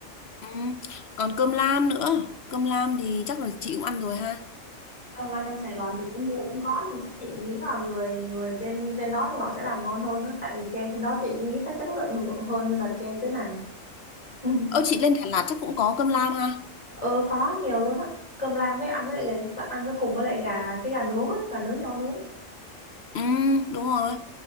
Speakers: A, on the left; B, on the left.
A: Ừ. Còn cơm lam nữa. Cơm lam thì chắc là chị cũng ăn rồi ha.
B: Trong lan trong Sài Gòn chị cũng mua- cũng có nhưng chắc chị nghĩ là người người trên trên đó thì họ sẽ làm ngon hơn á tại vì tre trên đó chị nghĩ chắc chất lượng hơn là tre dưới này <laughs>
A: Ơ chị lên Đà Lạt chắc cũng có cơm lam ha.
B: Ờ có nhiều luôn á. Cơm lam với ăn với lại gà- ăn với cùng với lại gà cái gà nướng á, gà nướng nhau nướng.
A: Ừ, đúng rồi.